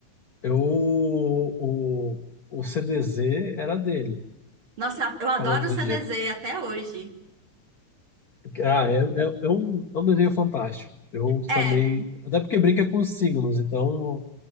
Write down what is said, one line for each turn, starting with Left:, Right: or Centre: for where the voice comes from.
Left: Eu, o, o CDZ era dele,
Right: Nossa, eu adoro
Left: Cavaleiro do
Right: o
Left: Zodíaco.
Right: CDZ até hoje.
Left: Ah, é, é, é um, é um desenho fantástico. Eu
Right: É,
Left: também. Até porque brinca com os signos, então